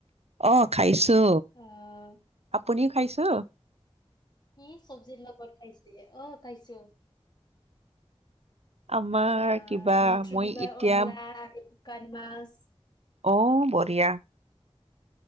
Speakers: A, on the right; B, on the left.
A: অ খাইছো
B: অ'।
A: আপুনিও খাইছো
B: কি চব্জিৰ লগত খাইছে, অ খাইছো।
A: আমাৰ
B: আহ
A: কিবা
B: মৈত্ৰী
A: মই
B: বিবাহ
A: এতিয়া
B: অনলা আৰু শুকান মাছ
A: অ বঢ়িয়া